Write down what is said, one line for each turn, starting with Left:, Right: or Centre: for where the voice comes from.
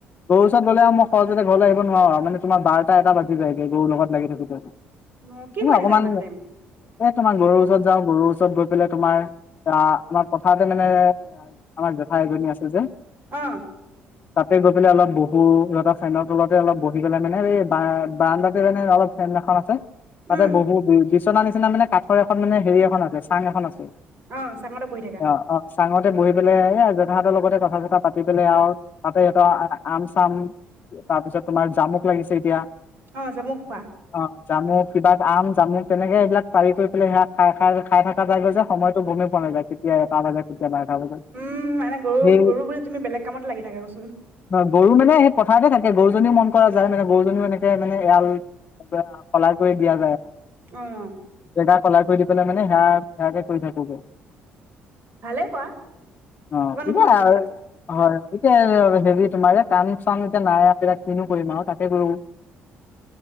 Left: গৰু ওচৰত গলে আৰু মই সহজ যতে ঘৰ আহিব নোৱাৰো মানে তোমাৰ বাৰটা এটা বাজি যায়গে গৰুৰ লগত লাগি থাকোতে
Right: অ', কি
Left: এ
Right: কৰি
Left: অকমান
Right: থাকা ইমান টাইম
Left: এ তোমাৰ ঘৰৰ ওচৰত যাওঁ গৰুৰ ওচৰত গৈ পেলাই তোমাৰ আঁহ আমাৰ পথাৰতে মানে আমাৰ জেঠাই এজনী আছে যে
Right: অঁহ
Left: তাতে গৈ পেলাই অলপ বহো সিহঁত ফেনৰ তলতে অলপ বহি পেলাই মানে এই বাৰ্দাতে মানে অলপ ফেন এখন আছে তাতে
Right: উম
Left: বহু বিয়তি তেনেকুৱা নিচিনা মানে কাঠৰ এখন মানে হেৰি এখন আছে চাং এখন আছে
Right: অ চাঙতে বহি থাকা
Left: অঁ অঁ চাঙতে বহি পেলাই অঁ তাহতৰ লগতে কথা চতা পাতি পেলাই আৰু সিহত আম চাম তাৰপিছত তোমাৰ জামুক লাগিছে এতিয়া
Right: অ জামু খোৱা
Left: অঁ জামু কিবা আম মোক তেনেকে এইবিল পাৰি কৰি পেলাই সাত খাই খাই খাই থকা যায় গৈ যে সময়টো গমেই পোৱা নাযায় কেতিয়া এটা বাজে বাৰটা বাজে
Right: উম মানে গৰু
Left: সেই
Right: গৰু বুলি তুমি বেলেগ কামতে লাগি থাক কচোন।
Left: গৰু মানে সেই পথাৰতে থাকে। গৰুজনীও মন কৰা যায় মানে গৰুজনীও এনেকে মানে এৰাল সলাই কৰি দিয়া যায় আৰু।
Right: অহ
Left: সদায় সলাই কৰি দি পেলাই মানে সেয়া সেয়াকে কৰি থাকোগৈ।
Right: ভালে কৰা
Left: অ
Right: কিমাননো
Left: এতিয়া
Right: ঘৰত থাকিবা
Left: হয় এতিয়া । হেৰি তোমাৰ যে কাম চাম এতিয়া নাই আৰু । কিনো কৰিম আৰু তাতে কৰো